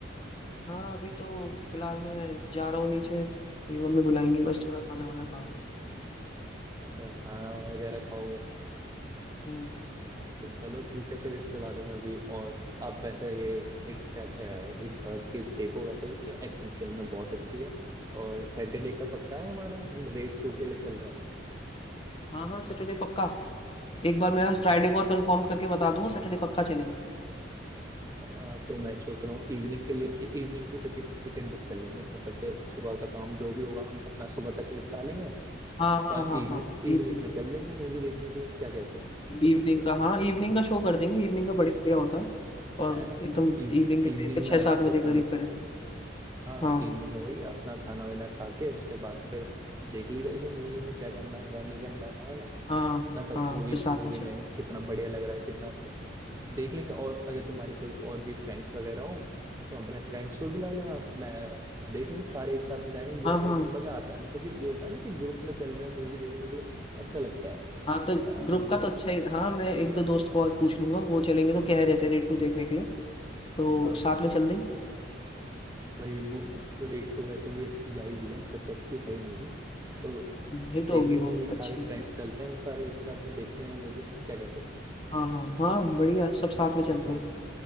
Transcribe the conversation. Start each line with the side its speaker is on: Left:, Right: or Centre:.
Left: हाँ अभी तो फिलहाल मैं जा रहा हूँ नीचे मेरी मम्मी बुलाएंगी बस थोड़ा खाना वाना खाऊं
Right: अच्छा खाना वगैरह खाओगे
Left: हम्म
Right: तो चलो ठीक है फिर इसके बारे में अभी और आप वैसे ये हिट चैप हिट थर्ड की देखो वैसे एक्शन फिल्म में बहुत अच्छी है और सैटरडे का पक्का है हमारा हम रेड टू के लिए चल रहा
Left: हाँ हाँ सैटरडे पक्का एक बार मैं फ्राइडे
Right: है
Left: को और कंफर्म करके बता दूंगा सैटरडे पक्का चलेंगे
Right: आ, तो मैं सोच रहा हूँ इवनिंग के लिए इवनिंग की टिकट टिकट बुक कर लेंगे मतलब फिर सुबह का काम जो भी होगा हम अपना सुबह तक निपटा लेंगे
Left: हाँ
Right: उसके
Left: हाँ
Right: बाद
Left: हाँ
Right: इवनिंग
Left: हाँ ईद
Right: इवनिंग में चल देंगे मूवी देखने के लिए क्या कहते हो
Left: इवनिंग का हाँ इवनिंग का शो कर देंगे इवनिंग का बढ़िया होता है और
Right: है ना <laughs>
Left: एकदम
Right: इवनिंग
Left: इवनिंग के टाइम पे
Right: में
Left: छः
Right: आराम
Left: सात बजे
Right: से
Left: के
Right: खाना
Left: करीब करें तो।
Right: हाँ
Left: हाँ
Right: इवनिंग हो गई अपना खाना वाना खा के उसके बाद फिर देख ली जाएगी मूवी में क्या करना है क्या नहीं करना है है ना
Left: हाँ
Right: मतलब
Left: हाँ
Right: मूवी
Left: फिर साथ
Right: मूवी
Left: में
Right: में
Left: चले
Right: कितना बढ़िया लग रहा है कितना स- देख लेंगे और अगर तुम्हारी कोई और भी फ्रेंड्स वगैरह हो तो अपने फ्रेंड्स को बुला लें आप मैं देख लेंगे सारे एक साथ में जाएंगे ग्रुप
Left: हाँ
Right: में
Left: हाँ
Right: मजा आता है मतलब कि ये होता है ना कि ग्रुप में चल रहे हैं मूवी देखने के लिए अच्छा लगता है
Left: हाँ तो
Right: मतलब
Left: ग्रुप
Right: हम
Left: का
Right: दो
Left: तो अच्छा ही हाँ मैं एक दो
Right: <laughs>
Left: दोस्त को और पूछ लूंगा वो चलेंगे तो कह रहे थे रेट टू देखने के लिए तो
Right: हाँ
Left: साथ में चल देंगे
Right: वही रेट टू वैसे भी अच्छी जा ही रही है मतलब कि अच्छी है ही मूवी तो
Left: हिट
Right: देखेंगे
Left: होगी वो
Right: ये
Left: अच्छी
Right: सारे फ्रेंड्स चलते हैं हम सारे एक साथ में देखते हैं ये मूवी क्या कहते हो
Left: हाँ हाँ हाँ बढ़िया सब साथ में चलते
Right: हाँ, चलो
Left: हैं